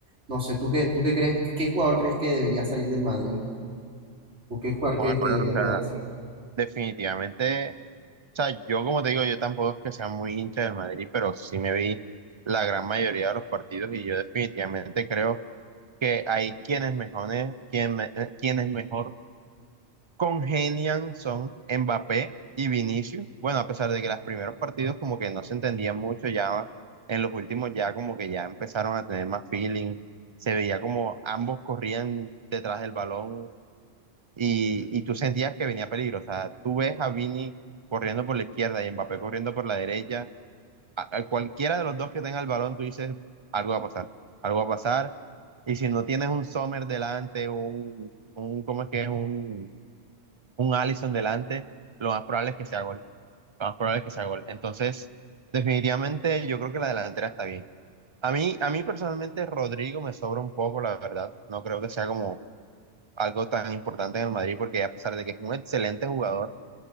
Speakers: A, on the right (about 75°); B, on the right (about 30°).
A: No sé, ¿tú qué, tú qué crees, qué jugador crees que debería salir del Madrid o qué jugador
B: Joder,
A: crees
B: Bueno,
A: que debería
B: o sea,
A: quedarse?
B: definitivamente, o sea, yo como te digo, yo tampoco es que sea muy hincha del Madrid, pero sí me vi la gran mayoría de los partidos y yo definitivamente creo que hay quienes mejores, quien me- eh, quienes mejor congenian son Mbappé y Vinicius. Bueno, a pesar de que los primeros partidos como que no se entendían mucho, ya en los últimos ya como que ya empezaron a tener más feeling. Se veía como ambos corrían detrás del balón y, y tú sentías que venía peligro. O sea, tú ves a Vini corriendo por la izquierda y Mbappé corriendo por la derecha. A, a cualquiera de los dos que tenga el balón, tú dices, algo va a pasar, algo va a pasar. Y si no tienes un Sommer delante, un, un ¿cómo es que es? Un, un Alisson delante, lo más probable es que sea gol. Lo más probable es que sea gol. Entonces, definitivamente yo creo que la delantera está bien. A mí, a mí personalmente Rodrigo me sobra un poco, la verdad. No creo que sea como algo tan importante en el Madrid, porque a pesar de que es un excelente jugador,